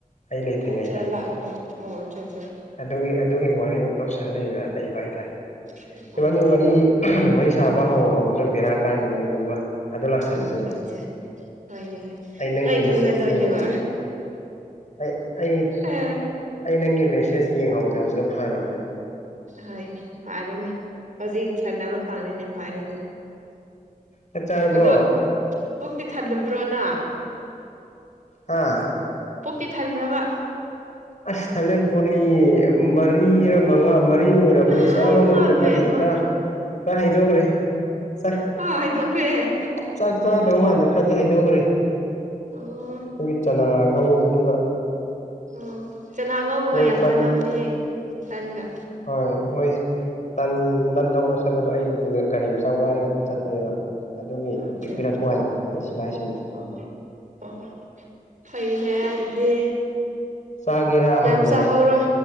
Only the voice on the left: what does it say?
ꯑꯩ ꯂꯩꯇ꯭ꯔꯤꯉꯩꯗ
ꯑꯗꯨꯒꯤ ꯑꯗꯨꯒꯤ ꯋꯥꯔꯤꯃꯨ ꯇꯧꯁꯜꯜꯂꯤꯕ ꯂꯩꯕ ꯍꯥꯏꯇꯥꯔꯦ
ꯏꯕꯥꯅꯤ ꯋꯥꯔꯤ ꯋꯥꯔꯤ ꯁꯥꯕ ꯍꯧꯔ ꯍꯧꯔꯁꯨ ꯕꯦꯔꯥ ꯀꯥꯗꯅꯦ ꯑꯗꯨꯗꯤ ꯃꯣꯏ ꯑꯗꯨ ꯂꯥꯛꯁꯜꯂꯗꯤ
ꯑꯩ ꯅꯪꯒꯤ
ꯃꯦꯁꯦꯖ
ꯌꯦꯡ ꯑꯩ ꯑꯩ
ꯑꯩ ꯅꯪꯒꯤ ꯃꯦꯁꯦꯁ ꯌꯦꯡꯍꯧꯗꯕꯗꯣ ꯐꯔꯕꯅꯦ
ꯆꯥꯛ ꯆꯥꯔꯕꯣ
ꯍꯥꯥ
ꯑꯁ ꯊꯂꯦ ꯄꯨꯔꯤ ꯃꯔꯤꯔ ꯃꯉꯥ ꯃꯔꯤ ꯑꯣꯏ ꯅꯤ
ꯆꯥꯕ ꯉꯝꯗꯦ ꯈꯔ
ꯈꯔ ꯈꯔ ꯍꯩꯗꯣꯛꯈ꯭ꯔꯦ ꯆꯥꯛ
ꯆꯥꯛ ꯆꯥꯗꯧ ꯃꯥꯟꯗꯦ ꯈꯔꯗꯤ ꯍꯥꯏꯗꯣꯛꯈ꯭ꯔꯦ ꯑꯩꯈꯣꯏꯒꯤ
ꯆꯅꯥ ꯉꯧꯕꯗꯨꯒ
ꯃꯣꯏ
ꯇꯟ
ꯍꯣꯏ ꯍꯣꯏ ꯇꯟ ꯇꯟ ꯂꯧꯕ ꯆꯠꯄꯗꯣ ꯑꯩ ꯒꯥꯔꯤ ꯃꯆꯥ ꯋꯥꯏꯔꯒ ꯆꯠꯄꯅꯦꯕ ꯑꯗꯨꯒꯤ
ꯄꯤꯕꯤꯔꯛꯄ ꯍꯥꯏꯅꯤꯗ ꯅꯣꯏ ꯁꯤꯐꯥꯏꯁꯤꯡꯗꯣ
ꯆꯥꯒꯦꯔꯥ
ꯍꯪꯉꯦ